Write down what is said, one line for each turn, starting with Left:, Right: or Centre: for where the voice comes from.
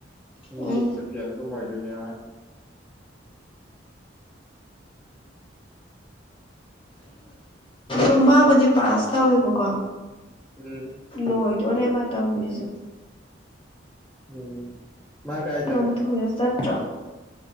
Centre: ꯍꯤꯟꯗꯤ
Left: ꯎꯝ
Centre: ꯁꯤꯗ ꯐꯦꯜ ꯑꯗꯨꯝ ꯑꯣꯏꯗꯣꯏꯅꯦ ꯃꯥꯅ
Left: ꯎꯝ ꯃꯥꯕꯨꯗꯤ ꯄꯥꯁ ꯇꯧꯋꯦꯕꯀꯣ
Centre: ꯎꯝ
Left: ꯂꯣꯏꯗꯣꯅꯦ ꯃꯇꯝ ꯖꯤꯖꯨ
Centre: ꯎꯝ ꯃꯥ ꯀꯥꯏ
Left: ꯌꯥꯝ
Centre: ꯇꯝꯃꯤꯅꯣ
Left: ꯊꯨꯅ ꯆꯠꯇ꯭ꯔꯣ